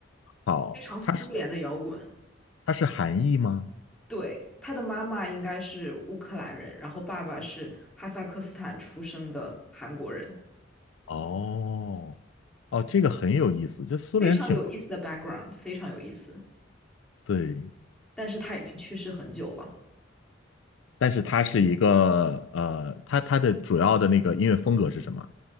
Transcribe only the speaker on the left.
好，
它是它是韩裔吗？
哦，哦，这个很有意思。就苏联挺
对，
但是它是一个呃，它它的主要的那个音乐风格是什么？